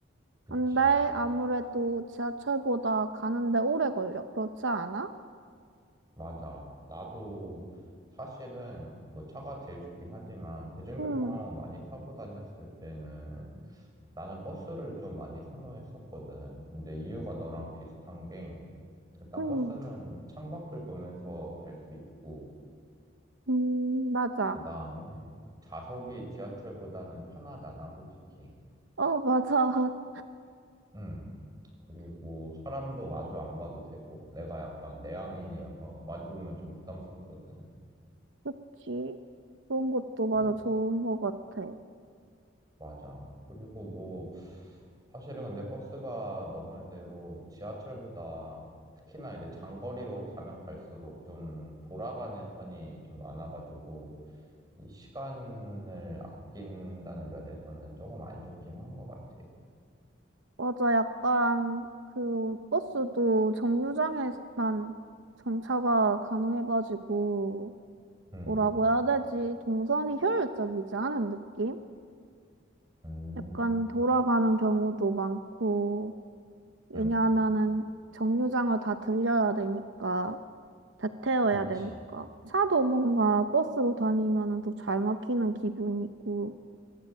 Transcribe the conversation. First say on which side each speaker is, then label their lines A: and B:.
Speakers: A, on the right; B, on the right.
A: 그치.
B: 근데 아무래도 지하철보다 가는데 오래 걸려. 그렇지 않아?
A: 맞아. 나도 사실은 뭐 차가 제일 좋긴 하지만 대중교통
B: 응,
A: 많이 타고 다녔을 때는 나는 버스를 좀 많이 선호했었거든. 근데 이유가 너랑 비슷한 게 일단
B: 응,
A: 버스는 창밖을 보면서 갈 수 있고
B: 음, 맞아.
A: 그 다음에 좌석이 지하철보다는 편하잖아, 솔직히.
B: 어, 맞아. <laughs>
A: 음. 그리고 사람도 마주 안 봐도 되고, 내가 약간 내향인이어서 마주 보면 좀 부담스럽거든.
B: 그치. 그런 것도 맞아.
A: 음.
B: 좋은 것 같아.
A: 맞아. 그리고 뭐, 사실은 근데 버스가 너 말대로 지하철보다 특히나 이제 장거리로 가면 갈수록 좀 돌아가는 편이 좀 많아가지고, 이 시간을 아낀다는 면에서는 조금 안 좋긴 한 것 같아.
B: 맞아, 약간 그 버스도 정류장에만 정차가 가능해가지고
A: 음,
B: 뭐라고 해야 되지? 동선이 효율적이지 않은 느낌?
A: 음.
B: 약간 돌아가는 경우도 많고 왜냐하면은
A: 응,
B: 정류장을 다 들려야 되니까 다 태워야
A: 그치.
B: 되니까 차도 뭔가 버스로 다니면은 더 잘 막히는 기분이고